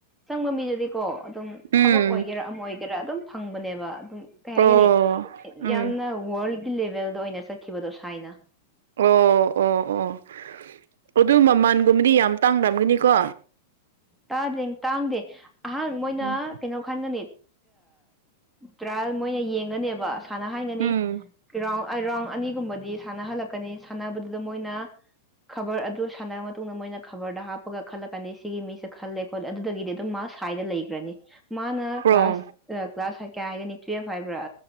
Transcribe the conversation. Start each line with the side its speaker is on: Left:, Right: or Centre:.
Centre: ꯆꯪꯕ ꯃꯤꯗꯨꯗꯤꯀꯣ ꯑꯗꯨꯝ ꯊꯕꯛ
Right: ꯎꯝ
Centre: ꯑꯣꯏꯒꯦꯔꯥ ꯑꯃ ꯑꯣꯏꯒꯦꯔꯥ ꯑꯗꯨꯝ ꯐꯪꯕꯅꯦꯕ ꯑꯗꯨꯝ ꯀꯩ ꯍꯥꯏꯒꯅꯤ
Right: ꯑꯣ ꯎꯝ
Centre: ꯌꯥꯝꯅ ꯋꯥꯔꯜ ꯂꯦꯚꯦꯜꯗ ꯑꯣꯏꯅ ꯆꯠꯈꯤꯕꯗꯣ ꯁꯥꯏꯅ
Right: ꯑꯣ ꯑꯣ ꯑꯣ <unintelligible> <inaudible> ꯑꯗꯨ ꯃꯃꯜꯒꯨꯝꯕꯗꯤ ꯌꯥꯝ ꯇꯥꯡꯅꯝꯒꯅꯤꯀꯣ
Centre: ꯇꯥꯗꯦ ꯇꯥꯡꯗꯦ ꯑꯍꯥꯟꯕ ꯃꯣꯏꯅ
Right: ꯎꯝ
Centre: ꯀꯩꯅꯣ ꯈꯟꯒꯅꯤ ꯇ꯭ꯔꯥꯏꯌꯦꯜ ꯃꯣꯏꯅ ꯌꯦꯡꯒꯅꯦꯕ ꯁꯥꯟꯅ ꯍꯥꯏꯒꯅꯤꯥꯎꯟ
Right: ꯎꯝ
Centre: ꯔꯥꯎꯟ ꯑꯅꯤꯒꯨꯝꯕꯗꯤ ꯁꯥꯟꯅꯍꯜꯂꯛꯀꯅꯤ ꯁꯥꯟꯅꯕꯗꯨꯗ ꯃꯣꯏꯅ ꯈꯕꯔ ꯑꯗꯨ ꯁꯥꯟꯅꯔꯕ ꯃꯇꯨꯡꯗ ꯃꯣꯏꯅ ꯈꯕꯔꯗ ꯍꯥꯞꯄꯒ ꯈꯜꯂꯛꯀꯅꯤ ꯁꯤꯒꯤ ꯃꯤ ꯈꯜꯂꯦ ꯈꯣꯠꯂꯦ ꯑꯗꯨꯗꯒꯤꯗꯤ ꯑꯗꯨꯝ ꯃꯥꯁ ꯁ꯭ꯥꯏꯗ ꯂꯩꯈ꯭ꯔꯅꯤ ꯃꯥꯅ ꯀ꯭ꯂꯥꯁ
Right: ꯑꯣ
Centre: ꯀ꯭ꯂꯥꯁ ꯀꯌꯥ ꯍꯥꯏꯒꯅꯤ ꯇꯨꯌꯦꯜꯐ ꯍꯥꯏꯕ꯭ꯔꯥ